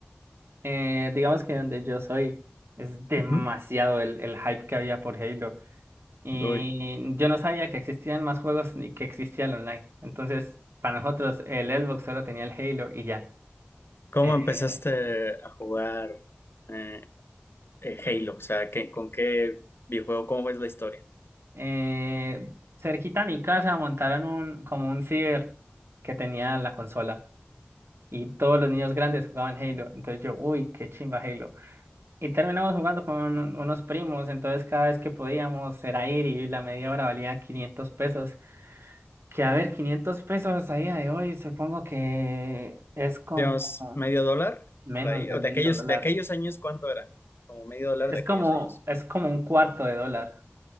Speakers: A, on the right; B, on the left.
A: Eh, digamos que donde yo soy es demasiado
B: Ujú.
A: el, el hype que había por Halo. Y
B: Uy,
A: yo no sabía que existían más juegos ni que existía el online. Entonces, para nosotros el Xbox solo tenía el Halo y ya.
B: ¿cómo
A: Eh,
B: empezaste a jugar eh, eh, Halo? O sea, ¿qué- con qué videojuego? ¿Cómo es la historia?
A: eh, cerquita a mi casa montaron un, como un ciber que tenía la consola y todos los niños grandes jugaban Halo. Entonces yo, uy, qué chimba Halo. Y terminamos jugando con un- unos primos, entonces cada vez que podíamos era ir y la media hora valía 500 pesos. Que a ver, 500 pesos a día de hoy supongo que es como
B: Digamos, medio dólar
A: menos
B: por ahí,
A: de
B: o
A: medio
B: de aquellos,
A: dólar.
B: de aquellos años, ¿cuánto era? Como medio dólar
A: Es
B: de aquellos
A: como,
B: años.
A: es como un cuarto de dólar.